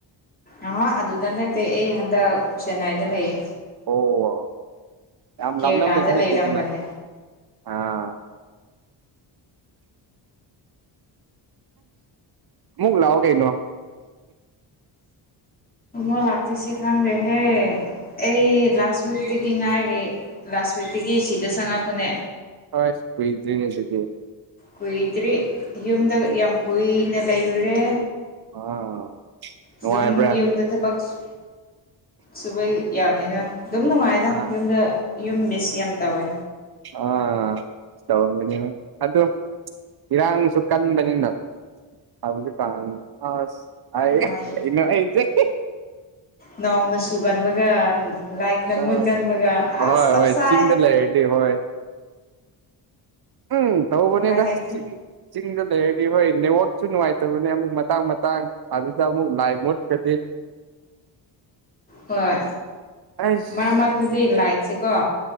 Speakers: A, on the left; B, on the right.
A: ꯑ ꯑꯗꯨꯗ ꯅꯠꯇꯦ ꯑꯩ ꯍꯟꯗꯛ ꯆꯦꯟꯅꯥꯏꯗ ꯂꯩꯌꯦ
B: ꯑꯣ ꯌꯥꯝ
A: ꯀꯦꯔꯂꯥꯗ
B: ꯂꯥꯞꯅꯕꯗꯤ ꯅꯠꯇꯦꯗꯅ
A: ꯂꯩꯔꯝꯕꯅꯦ
B: ꯑꯥ ꯑꯃꯨꯛ ꯂꯥꯛꯑꯣ ꯀꯩꯅꯣ
A: ꯣ ꯂꯥꯛꯇꯨꯏꯁꯦ ꯈꯪꯗꯦ ꯍꯦ ꯑꯩ ꯂꯥꯁ ꯋꯤꯛꯇꯤ ꯒꯤ ꯉꯥꯏꯔꯤ ꯂꯥꯁ ꯋꯤꯛꯇꯒꯤ ꯁꯤꯗ ꯆꯪꯉꯛꯄꯅꯦ
B: ꯍꯣꯏ ꯀꯣꯏꯇ꯭ꯔꯤ ꯅꯦ ꯑꯗꯨꯗꯤ
A: ꯀꯨꯏꯗ꯭ꯔꯤ ꯌꯨꯝꯗꯒ ꯌꯥꯝ ꯀꯨꯏꯅ ꯂꯩꯔꯨꯔꯦ
B: ꯑꯥ
A: ꯑꯗꯨꯝ
B: ꯅꯨꯡꯉꯥꯏꯕ꯭ꯔꯥ
A: ꯌꯨꯝꯗ ꯊꯕꯛꯁꯨ ꯁꯨꯕ ꯌꯥꯕꯅꯤꯅ ꯑꯗꯨꯝ ꯅꯨꯡꯉꯥꯏꯗ
B: ꯑꯥ
A: ꯌꯨꯝꯗ ꯌꯨꯝ ꯃꯤꯁ ꯌꯥꯝ ꯇꯧꯋꯦ
B: ꯑ ꯇꯧꯔꯝꯒꯅꯤ ꯑꯗꯨ ꯏꯔꯥꯡꯁꯨ ꯀꯟꯕꯅꯤꯅ ꯍꯧꯖꯤꯛ ꯀꯥꯟ ꯑꯁ <unintelligible>
A: ꯏꯃꯥꯅ ꯅꯣꯡꯅ ꯆꯨꯒꯟꯕꯒ ꯂꯥꯏꯠꯅ
B: ꯑꯥ
A: ꯃꯨꯠꯀꯟꯕꯒ
B: ꯍꯣꯏ
A: ꯑꯁ ꯆꯞ
B: ꯍꯣꯏ
A: ꯆꯥꯏ
B: ꯆꯤꯡꯗ ꯂꯩꯔꯗꯤ ꯍꯣꯏ ꯎꯝ ꯇꯧꯕꯅꯦꯗ
A: ꯎꯄꯥꯏ ꯂꯩꯇꯦ
B: <unintelligible> ꯆꯤꯡꯗ ꯂꯩꯔꯗꯤ ꯍꯣꯏ ꯅꯦꯠꯋꯥꯛꯁꯨ ꯅꯨꯡꯉꯥꯏꯇꯕꯅꯦ ꯑꯃꯨꯛ ꯃꯇꯥꯡ ꯃꯇꯥꯡ ꯑꯗꯨꯗ ꯑꯃꯨꯛ ꯂꯥꯏ ꯃꯨꯠꯀꯗꯤ
A: ꯍꯣꯏ
B: ꯑꯩꯁ
A: ꯃꯔ ꯃꯔꯛꯇꯗꯤ ꯂꯥꯏꯛꯁꯤꯀꯣ